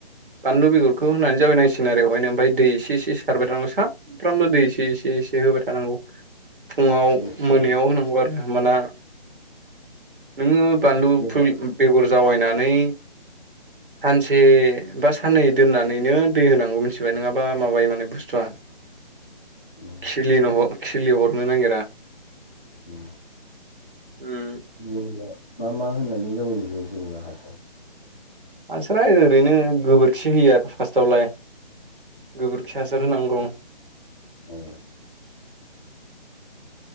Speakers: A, on the right; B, in the centre.
A: बानलु बेगरखौ होनानै जावायनांसि गोन आरो बेवहायनो ओमफ्राय दै एसे एसे सारबाय थानांगौ सानफ्रामबो दै एसे एसे एसे होबाय थानांगौ फुङाव
B: औ जेनेबा
A: मोनायाव
B: मा
A: होनांगौ आरो ओमबाना नोङो बानलु
B: जेनेबा
A: फु बेगर जावैनानै सानसे बा साननै दोननानैनो दै होनांगौ मिथिबाय नङाबा माबायो माने बुस्थुआ
B: उम
A: खिलिनो खिलि हरनो नागिरा
B: उम
A: उम
B: जेन'बा मा मा होननानै जावैनाय जायो हासार
A: मानसिफ्रा ओरैनो गोबोरखि होयो आरो फास्टावलाय गोबोरखि हा सार होनांगौ
B: अ